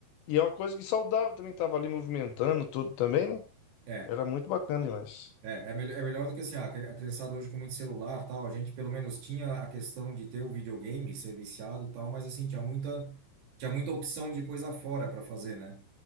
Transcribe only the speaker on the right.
É,
é, é, melhor, é melhor do que assim, ah, a cri- a criançada hoje com muito celular, tal, a gente pelo menos tinha a questão de ter o videogame, ser viciado, tal, mas assim, tinha muita, tinha muita opção de coisa fora para fazer, né?